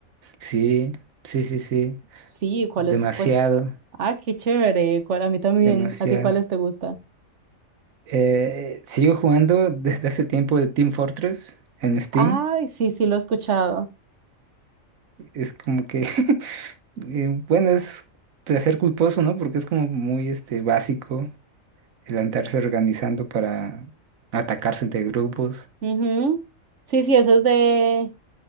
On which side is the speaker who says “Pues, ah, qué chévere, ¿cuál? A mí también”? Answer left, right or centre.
Right